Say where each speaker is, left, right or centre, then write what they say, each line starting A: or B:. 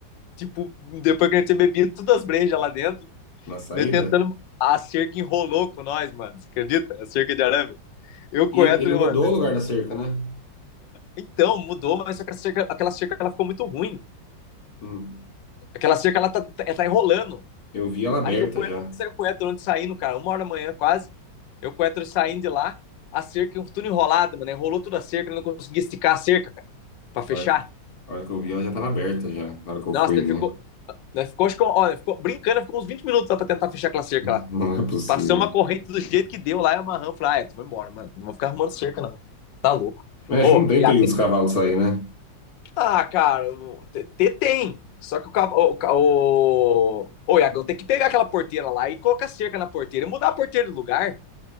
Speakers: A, on the left (about 75°); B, on the left (about 55°).
A: Tipo, depois que a gente tinha bebido todas as brejas lá dentro,
B: Na saída.
A: né, tentando a cerca enrolou com nós, mano. Você acredita? A cerca de arame. Eu
B: E
A: com o Héctor,
B: ele mudou
A: mano.
B: o lugar da cerca, né?
A: Então, mudou, mas só que a cerca, aquela cerca ela ficou muito ruim.
B: Hum.
A: Aquela cerca ela tá, tá, tá enrolando.
B: Eu vi ela aberta
A: Aí o Coetro
B: já.
A: saiu o Coetro antes saindo, cara, uma hora da manhã quase. Eu o Coetro saindo de lá, a cerca, tudo enrolado, mano. Enrolou toda a cerca, não conseguia esticar a cerca, cara, pra fechar.
B: A hora que, a hora que eu vi, ela já estava aberta já, na hora que eu
A: Nossa,
B: fui,
A: ele
B: né?
A: ficou. Nós ficou, acho que, olha, ficou brincando, ficou uns 20 minutos lá pra tentar fechar aquela
B: <laughs>
A: cerca
B: Não
A: lá.
B: é possível.
A: Passamos uma corrente do jeito que deu lá e amarramos. Falei, ah, eu vou embora, mano. Não vou ficar arrumando cerca, não. Tá louco.
B: Mas
A: Ô,
B: acho que não
A: oh,
B: tem
A: e
B: perigo
A: a,
B: dos cavalos sair, né?
A: Ah, cara, o- te- tem. Só que o, cav- o, ca- o, o Iagão tem que pegar aquela porteira lá e colocar cerca na porteira e mudar a porteira de lugar.